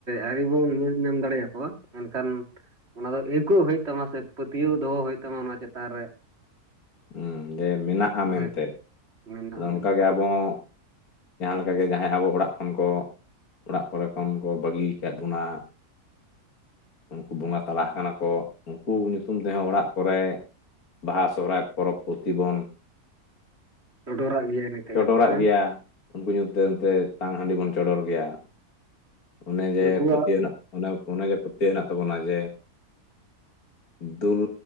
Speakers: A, on the right (about 45°); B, on the left (about 70°).
A: ᱟᱹᱰᱤ ᱵᱚᱱ ᱧᱮᱞ ᱧᱟᱢ ᱫᱟᱲᱮᱭᱟᱠᱚᱣᱟ ᱢᱮᱱᱠᱷᱟᱱ ᱚᱱᱟ ᱫᱚ ᱟᱹᱭᱠᱟᱹᱜ ᱦᱩᱭᱩᱜ ᱛᱟᱢᱟ ᱥᱮ ᱯᱟᱹᱛᱭᱟᱹᱣ ᱫᱚᱦᱚ ᱦᱩᱭᱩᱜ ᱛᱟᱢᱟ ᱚᱱᱟ ᱪᱮᱛᱟᱱ ᱨᱮ
B: ᱦᱮᱸ ᱡᱮ ᱢᱮᱱᱟᱜ-ᱟ
A: ᱛᱚᱵᱮ
B: ᱢᱮᱱᱛᱮ
A: ᱢᱮᱱᱟᱜᱼᱟ
B: ᱟᱫᱚ
A: ᱢᱮᱱᱛᱮ
B: ᱚᱱᱠᱟᱜᱮ ᱟᱵᱚ ᱦᱚ ᱡᱟᱦᱟᱸ ᱞᱮᱠᱟ ᱜᱮ ᱡᱟᱦᱟᱸᱭ ᱟᱵᱚ ᱚᱲᱟᱜ ᱠᱷᱚᱱ ᱠᱚ ᱚᱲᱟᱜ ᱠᱚᱨᱮ ᱠᱷᱚᱱ ᱠᱚ ᱵᱟᱹᱜᱤ ᱠᱟᱜ ᱵᱚᱱᱟ ᱩᱱᱠᱩ ᱵᱚᱸᱜᱟ ᱛᱟᱞᱟ ᱠᱟᱱᱟ ᱠᱚ ᱩᱱᱠᱩ ᱧᱩᱛᱩᱢ ᱛᱮᱦᱚᱸ ᱚᱲᱟᱜ ᱠᱚᱨᱮ ᱵᱟᱦᱟ ᱥᱚᱦᱨᱟᱭ ᱯᱚᱨᱚᱵᱽ ᱯᱩᱛᱤ ᱵᱚᱱ
A: ᱪᱚᱰᱚᱨᱟᱜ ᱜᱮᱭᱟ ᱤᱱᱟᱹ ᱛᱮᱜᱮ
B: ᱪᱚᱰᱚᱨᱟᱜ
A: ᱛᱚ ᱦᱮᱸ
B: ᱜᱮᱭᱟ ᱩᱱᱠᱩ ᱧᱩᱛᱩᱢᱛᱮ ᱛᱟᱝ ᱦᱟᱺᱰᱤ ᱵᱚᱱ ᱪᱚᱰᱚᱨ ᱜᱮᱭᱟ ᱚᱱᱮ ᱡᱮ
A: ᱩᱱᱠᱩᱣᱟᱜ
B: ᱯᱟᱹᱛᱭᱟᱹᱣ ᱦᱮᱱᱟᱜ ᱚᱱᱟ ᱚᱱᱮ ᱡᱮ ᱯᱟᱹᱛᱭᱟᱹᱣ ᱦᱮᱱᱟᱜ ᱛᱟᱵᱚᱱᱟ ᱡᱮ ᱫᱩᱞ